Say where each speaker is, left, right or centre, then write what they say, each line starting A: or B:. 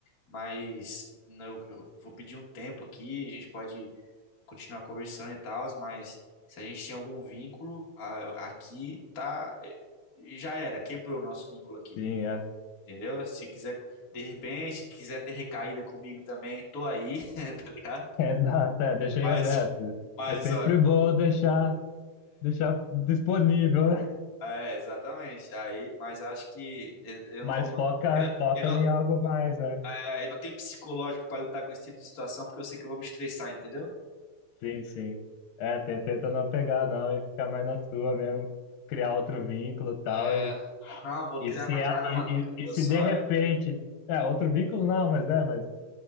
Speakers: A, on the left (about 50°); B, on the left (about 80°).
A: mas não, eu, eu vou pedir um tempo aqui, a gente pode continuar conversando e tal, mas se a gente tinha algum vínculo, a- aqui tá. eh, Já era, quebrou o nosso vínculo aqui.
B: sim, é.
A: Entendeu? Se quiser, de repente, quiser ter recaída comigo também, tô aí, <laughs> tá ligado?
B: <laughs> Exato, é, deixei
A: Mas,
B: aberto.
A: mas,
B: É sempre
A: ó,
B: bom deixar, deixar disponível, né?
A: é, exatamente. Aí, mas acho que eu, eu
B: Mas
A: não, não-
B: foca,
A: eu não,
B: foca
A: eu não,
B: em algo mais, né?
A: é, eu não tenho psicológico pra lidar com esse tipo de situação, porque eu sei que eu vou me estressar, entendeu?
B: Sim, sim. É, te- tenta não pegar não e ficar mais na sua mesmo, criar outro vínculo e tal,
A: É,
B: e,
A: não, vou
B: e
A: criar
B: se
A: mais
B: é,
A: nada,
B: e,
A: mano. Eu
B: e,
A: vou
B: e se
A: só.
B: de repente,
A: É,
B: é, outro vínculo não, mas é, mas